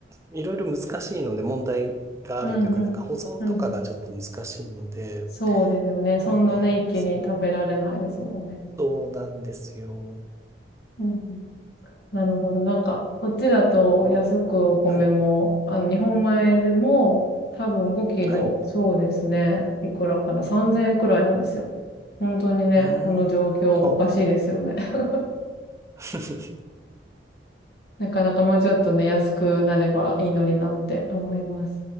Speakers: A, on the right; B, on the left.
A: いろいろ難しいので、問題があるというか、
B: うん、うん。
A: なんか保存とかがちょっと難しいので、
B: うんうんそうですよね。そんなね、
A: なので、
B: 一気に食べられないですもんね。
A: そのそうなんですよ。
B: うんうんなるほど。なんか、こっちだと安くお米も、
A: はい。
B: あの、日本米でも多分5キロ、
A: はい。う
B: そうですね。いくらかな ?3000 円くらいなんですよ。本当にね、
A: ーん、
B: この状況おかしいですよね。
A: あ。
B: <laughs>
A: <laughs>
B: なかなかもうちょっとね、安くなればいいのになって思います。